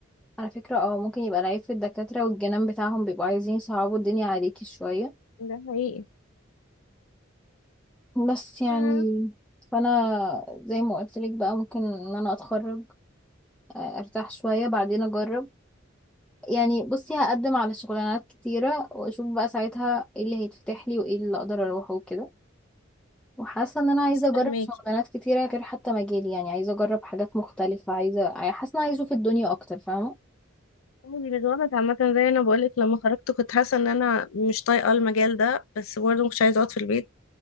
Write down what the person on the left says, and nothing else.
ده حقيقي
آه،
بس
فهماكي
عادي بالوقت عامة زي أنا بقولك لما خرجت كنت حاسة إن أنا مش طايقة المجال ده بس برضه مكنتش عايزة أقعد في البيت